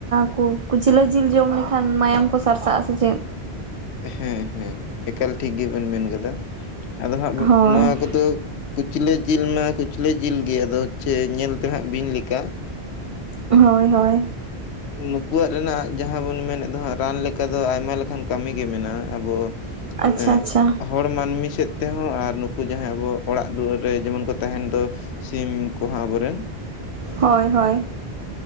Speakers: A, on the right (about 40°); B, on the left (about 80°).
A: ᱠᱩ ᱠᱩᱪᱤᱞᱟᱹ ᱡᱤᱞ ᱡᱚᱢ ᱞᱮᱠᱷᱟᱱ ᱢᱟᱭᱟᱢ ᱠᱚ ᱥᱟᱨᱥᱟᱜᱼᱟ ᱥᱮ ᱪᱮᱫ!
B: ᱦᱮᱸ ᱦᱮᱸ ᱮᱠᱟᱞ ᱴᱷᱤᱠ ᱜᱮᱵᱮᱱ ᱢᱮᱱ ᱠᱟᱫᱟ, ᱟᱫᱚ ᱦᱟᱸᱜ
A: ᱦᱳᱭ
B: ᱱᱚᱣᱟ ᱠᱚᱫᱚ ᱠᱩᱪᱞᱟᱹ ᱡᱤᱞ ᱢᱟ ᱠᱩᱪᱞᱟᱹ ᱡᱤᱞ ᱜᱮ ᱟᱫᱚ ᱦᱚᱪᱪᱷᱮ ᱧᱮᱞ ᱛᱮᱦᱟᱜ ᱵᱤᱧ ᱞᱮᱠᱟ ᱾
A: ᱦᱳᱭ ᱦᱳᱭ ᱾
B: ᱱᱩᱠᱩᱣᱟᱜ ᱨᱮᱱᱟᱜ ᱡᱟᱦᱟᱸ ᱵᱚᱱ ᱢᱮᱱᱮᱫ ᱫᱚ ᱦᱟᱸᱜ ᱨᱟᱱ ᱞᱮᱠᱟ ᱫᱚ ᱟᱭᱢᱟ ᱞᱮᱠᱟᱱ ᱠᱟᱹᱢᱤᱜᱮ ᱢᱮᱱᱟᱜᱼᱟ ᱾ ᱟᱵᱚ
A: ᱟᱪᱪᱷᱟ
B: ᱮᱸᱜ
A: ᱟᱪᱪᱷᱟ ᱾
B: ᱦᱚᱲ ᱢᱟᱹᱱᱢᱤ ᱥᱮᱫ ᱛᱮᱦᱚᱸ ᱟᱨ ᱱᱩᱠᱩ ᱡᱟᱦᱟᱸᱭ ᱟᱵᱚ ᱚᱲᱟᱜ ᱫᱩᱣᱟᱹᱨ ᱨᱮ ᱡᱮᱢᱚᱱ ᱠᱚ ᱛᱟᱦᱮᱱ ᱫᱚ ᱥᱤᱢ ᱠᱚᱦᱚᱸ ᱟᱵᱚᱨᱮᱱ ᱾
A: ᱦᱳᱭ ᱦᱳᱭ ᱾